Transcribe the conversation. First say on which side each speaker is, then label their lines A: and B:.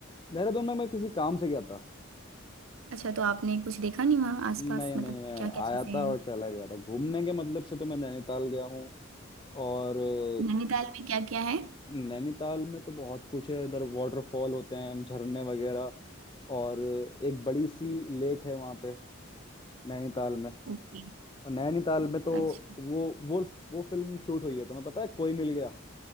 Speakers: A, on the left; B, on the right.
A: देहरादून में मैं किसी काम से गया था
B: अच्छा तो आपने कुछ देखा नहीं वहाँ आसपास
A: नहीं
B: मतलब
A: नहीं मैं
B: क्या क्या चीजें
A: आया था
B: हैं
A: और चला गया था घूमने के मतलब से तो मैं नैनीताल गया हूँ और अ,
B: नैनीताल में क्या क्या है
A: नैनीताल में तो बहुत कुछ है इधर वाटरफॉल होते हैं झरने वगैरह और एक बड़ी सी लेक है वहां पे नैनीताल में
B: ओके
A: और नैनीताल में तो
B: अच्छा
A: वो वो वो फिल्म शूट हुई है तुम्हें पता है कोई मिल गया